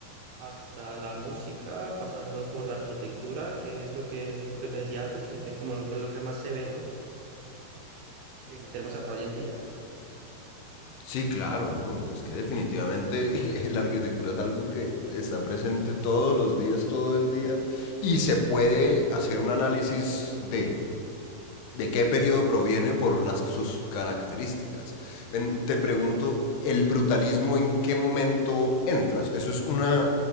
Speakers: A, on the right (about 75°); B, on the left (about 80°).
A: hasta la música, pasando por la arquitectura, que es lo que, lo que te decía antes, que, que es como lo que, lo que más se ve, ¿no? Que, que lo tenemos hasta hoy en día.
B: Sí, claro, ¿no? Es que definitivamente <laughs> la arquitectura es algo que está presente todos los días, todo el día, y se puede hacer un análisis de de qué periodo proviene por las, sus características. Ven, te pregunto, ¿el brutalismo en qué momento entras? ¿Eso es una